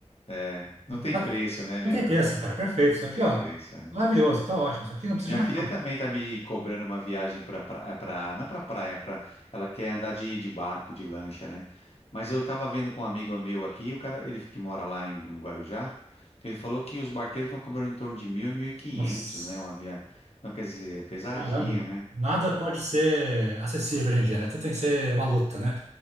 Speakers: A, on the left (about 60°); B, on the right (about 75°).
A: é, não tem
B: Cara,
A: preço, né, meu?
B: Não tem preço, cara. Perfeito. Isso
A: Não
B: aqui,
A: tem
B: ó.
A: preço, é.
B: Maravilhoso. Tá ótimo. Isso aqui não precisa
A: Minha
B: de mais
A: filha
B: nada.
A: também tá me cobrando uma viagem pra, pra, pra- não pra praia, pra, ela quer andar de, de barco, de lancha, né? Mas eu tava vendo com um amigo meu aqui, o cara, ele que mora lá em, no Guarujá, ele falou que os barqueiros estão cobrando em torno de mil e mil e quinhentos,
B: Nossa,
A: né, uma viagem. Então, quer dizer, é pesadinho,
B: caramba.
A: né?
B: Nada pode ser acessível hoje em dia, né? Tudo tem que ser uma luta, né?